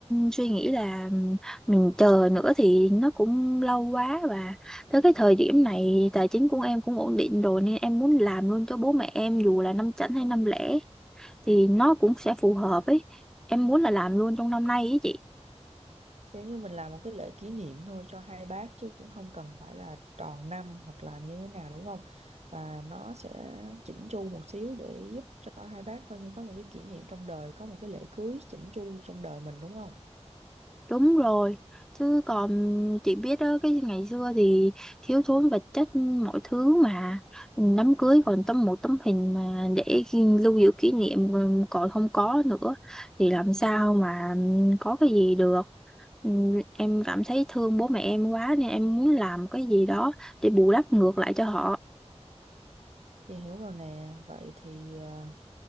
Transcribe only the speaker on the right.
Giống như mình làm một cái lễ kỷ niệm thôi cho hai bác chứ cũng không cần phải là tròn năm hoặc là như thế nào đúng không? Và nó sẽ chỉnh chu một xíu để giúp cho hai bác coi như có một cái kỷ niệm trong đời, có một cái lễ cưới chỉnh chu trong đời mình đúng không?
Chị hiểu rồi nè, vậy thì ờ,